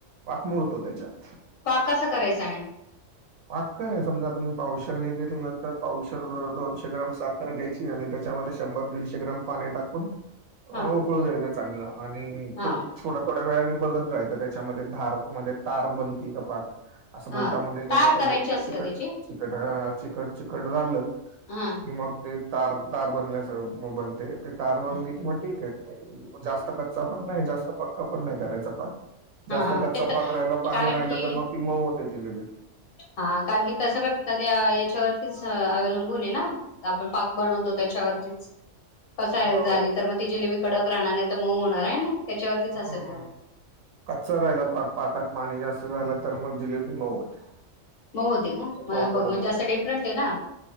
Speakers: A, on the right (about 80°); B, on the left (about 80°).
A: पाक मुरतो त्याच्यात.
B: पाक कसा करायचा आणि?
A: पाक काय? समजा तुम्ही पावशर हे घेतलं तर पावशर, दोनशे ग्राम साखर घ्यायची आणि त्याच्यामध्ये शंभर दीडशे ग्रॅम पाणी टाकून अ
B: हा
A: उकळू द्यायचा चांगला आणि
B: हा
A: थो थोड्या थोड्या वेळा बघत राहायचं. त्याच्यामध्ये धार मध्ये तार बनती कपात. असं बोटामध्ये
B: हा
A: घेऊन
B: तार
A: असं
B: करायची
A: बघितलं
B: असते
A: चिकट
B: का त्याची
A: चिकट हा, चिकट चिकट झालं कि
B: हा
A: मग ते तार. तार बनल्यासं बनते. ते तार
B: हा
A: बनली कि मग ठीक आहे. जास्त क कच्च पण नाही जास्त पक्का पण नाही करायचा पाक.
B: हा
A: जास्त
B: हा
A: कच्चा
B: ते तर
A: पाक राहिला, पाणी
B: कारण
A: राहिला,
B: की
A: तर मग ती मऊ होते जिलेबी.
B: हा कारण की तसं कट त ना त्या याच्यावर तेच अवलंबून आहे ना? आपण पाक बनवतो त्याच्यावरतीच. कसा आहे
A: हो
B: झाली तर मग ती जिलेबी कडक राहणार आहे नाहीतर मऊ होणार आहे ना? त्याच्यावरतीच
A: हम्म.
B: असेल सगळं.
A: कच्चा राहिला पाक, पाकात पाणी जास्त झालं तर मग जिलेबी मऊ होते.
B: मऊ होते का? मग
A: मऊ पडून
B: बघ, म्हणजे
A: जाते
B: असं डिफरंट आहे ना?